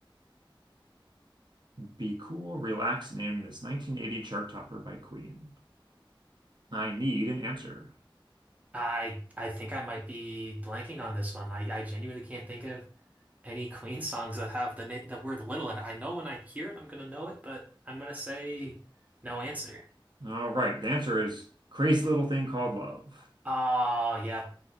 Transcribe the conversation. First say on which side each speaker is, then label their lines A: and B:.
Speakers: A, on the right; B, on the right.
A: Be Cool, Relax named this 1980 chart topper by Queen. I need an answer.
B: I I think I might be blanking on this one. I I genuinely can't think of. any Queen songs that have the na the word little in it. I know when I hear it, I'm gonna know it, but I'm gonna say no answer.
A: All right, the answer is Crazy Little Thing Called Love.
B: Oh, yeah,